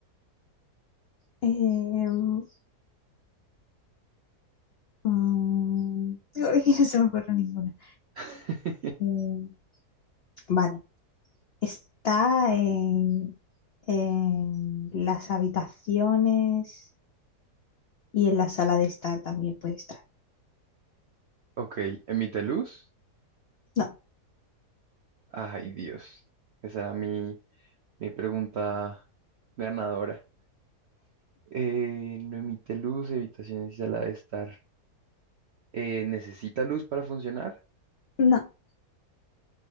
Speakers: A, on the left; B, on the right.
A: Em, mm, digo, <laughs> que no se me ocurre ninguna.
B: <laughs>
A: Em, vale. Está en, en las habitaciones y en la sala de estar también puede estar.
B: Ok, emite luz.
A: No,
B: Ay, Dios. Esa era mi, mi pregunta ganadora. Eh, no emite luz, habitaciones y sala de estar. Eh, ¿necesita luz para funcionar?
A: no,